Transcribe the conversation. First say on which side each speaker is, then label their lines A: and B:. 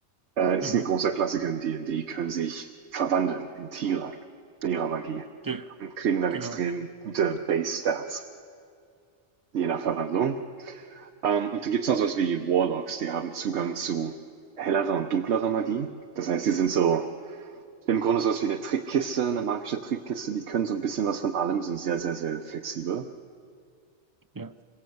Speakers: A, on the right; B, on the right.
A: äh, ist
B: mhm,
A: ein großer Klassiker in D&D, können sich verwandeln in Tiere mit ihrer Magie.
B: ge
A: und kriegen dann
B: genau,
A: extrem gute Base-Stats, je nach Verwandlung. Ähm, und dann gibt es noch sowas wie Warlocks, die haben Zugang zu hellerer und dunklerer Magie. Das heißt, die sind so im Grunde sowas wie eine Trickkiste, eine magische Trickkiste. Die können so ein bisschen was von allem, sind sehr, sehr, sehr flexibel.
B: ja.